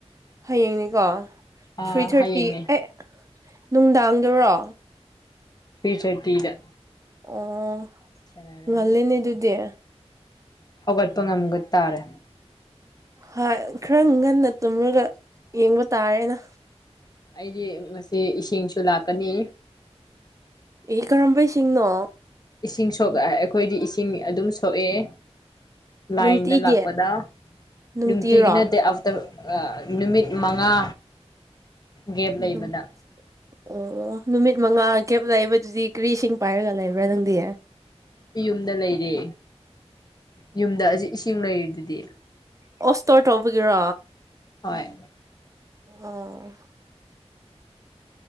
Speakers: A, on the right; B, on the left.
A: ꯍꯌꯦꯡꯅꯤꯀꯣ
B: ꯑꯥ
A: ꯊ꯭ꯔꯤ ꯊꯥꯔꯇꯤ
B: ꯍꯌꯦꯡꯅꯦ
A: ꯑꯩꯠ ꯅꯨꯡꯗꯥꯡꯗꯨꯔꯣ
B: ꯄꯤ ꯊꯥꯔꯇꯤꯗ
A: ꯑꯣ
B: ꯁꯥꯟꯅꯔꯅꯤ
A: ꯉꯜꯂꯦꯅꯦ ꯗꯨꯗꯤ
B: ꯍꯧꯒꯠꯄ ꯉꯝꯒ ꯇꯥꯔꯦ
A: ꯍꯣꯏ ꯈꯔ ꯉꯟꯅ ꯇꯨꯝꯂꯒ ꯌꯦꯡꯕ ꯇꯥꯔꯦꯅ
B: ꯑꯩꯗꯤ ꯉꯁꯤ ꯏꯁꯤꯡꯁꯨ ꯂꯥꯛꯀꯅꯤ
A: ꯏ ꯀꯔꯝꯕꯩ ꯏꯁꯤꯡꯅꯣ
B: ꯏꯁꯤꯡ ꯁꯣꯛ ꯑꯩꯈꯣꯏꯗꯤ ꯏꯁꯤꯡ ꯑꯗꯨꯝ ꯁꯣꯛꯑꯦ ꯂꯥꯏꯟꯗ
A: ꯅꯨꯡꯇꯤꯒꯤ
B: ꯂꯥꯛꯄꯗ
A: ꯅꯨꯡꯇꯤꯔꯣ
B: ꯅꯨꯡꯇꯤꯒꯤ ꯅꯠꯇꯦ <unintelligible> <unintelligible> ꯑ ꯅꯨꯃꯤꯠ ꯃꯉꯥ ꯒꯦꯞ
A: ꯎꯝ
B: ꯂꯩꯕꯗ
A: ꯑꯣ ꯅꯨꯃꯤꯠ ꯃꯉꯥ ꯀꯦꯞ ꯂꯩꯕꯗꯨꯗꯤ ꯀꯔꯤꯁꯤꯡ ꯄꯥꯏꯔꯒ ꯂꯩꯕ꯭ꯔꯥ ꯅꯪꯗꯤ
B: ꯑꯩ ꯌꯨꯝꯗ ꯂꯩꯔꯦ ꯌꯨꯝꯗ ꯍꯧꯖꯤꯛ ꯏꯁꯤꯡ ꯂꯩꯔꯤꯗꯨꯗꯤ
A: ꯑꯣ ꯁ꯭ꯇꯣꯔ ꯇꯧꯕꯒꯤꯔꯣ
B: ꯍꯣꯏ
A: ꯑꯣ